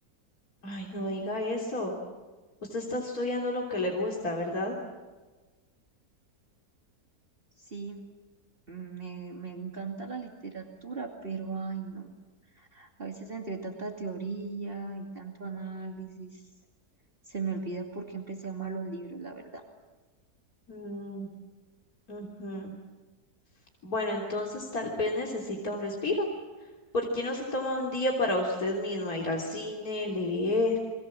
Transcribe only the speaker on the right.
Sí, me, me encanta la literatura, pero ay, no. A veces entre tanta teoría y tanto análisis, se me olvida por qué empecé a amar los libros, la verdad.